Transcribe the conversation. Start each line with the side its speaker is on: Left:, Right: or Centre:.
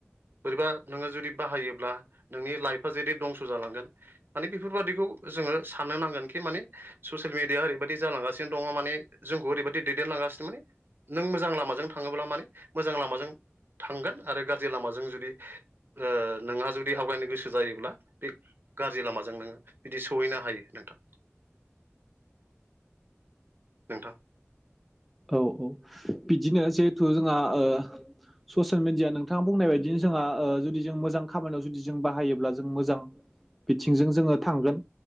Right: बोरैबा नोङो जुदि बाहायोब्ला नोंनि लाइफआ जुदि दंस जालांगोन माने बेफोरबादिखौ जोङो साननो नांगोनखि माने ससियेल मिडिया ओरैबायदि जालांगासिनो दङ माने जोंखौ ओरैबायदि दैदेनलांगासिनो माने नों जों थाङोब्ला माने मोजां लामाजों थांगोन आरो गारजि लामजों जुदि ओ नोंहा जुदि आवगायनो गोसो जायोब्ला बे गाज्रि लामाजों नोङो बिदि सहैनो हायो नोंथां नोंथां
Centre: औ औ बिदिनो जिहेथु जोंहा ओ ससियेल मिडिया नोंथाङा बुंनाय बायदिनो जोंहा जुदि जों मोजां खामानियाव जुदि जों बाहायोब्ला जों मोजां बिथिंजों जोङो थांगोन